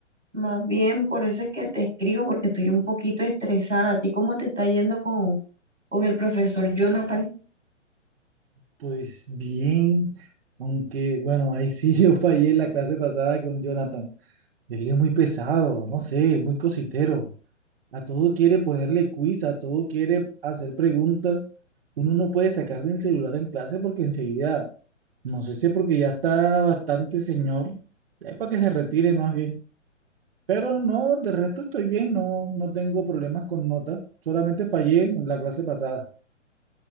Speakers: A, on the right (about 85°); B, on the right (about 50°).
A: más bien por eso es que te escribo, porque estoy un poquito estresada. ¿A ti cómo te está yendo con, con el profesor Jonathan?
B: Pues bien, aunque bueno, ahí sí <laughs> yo fallé en la clase pasada con Jonathan. Él es muy pesado, no sé, muy cositero. A todo quiere ponerle quiz, a todo quiere hacer preguntas. Uno no puede sacar del celular en clase porque enseguida, no sé si es porque ya está bastante señor, es para que se retire más bien. Pero no, de resto estoy bien, no, no tengo problemas con notas. Solamente fallé en la clase pasada.